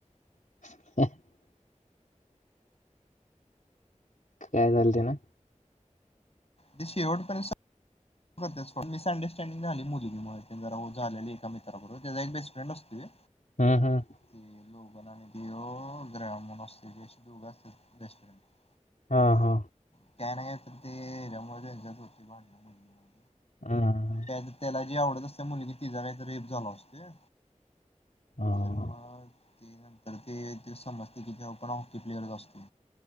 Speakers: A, on the left; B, on the left.
A: <inaudible> काय झालते ना.
B: ती शेवट पण सं <unintelligible> मिसअंडरस्टँडिंग झाली मुलगीमुळे तेन जरा झालेली एका मित्राबरोबर त्याचा एक बेस्टफ्रेंड असतोय.
A: <inaudible>
B: <unintelligible>
A: हा हा!
B: <unintelligible>
A: हा!
B: काय तर त्याला जी आवडत असते मुलगी तिचा काही तर रेप झाला असतोय.
A: हम्म,
B: तर मग ते नंतर ते ते समजते की जेव्हा पण हॉकी प्लेअरचं असतो.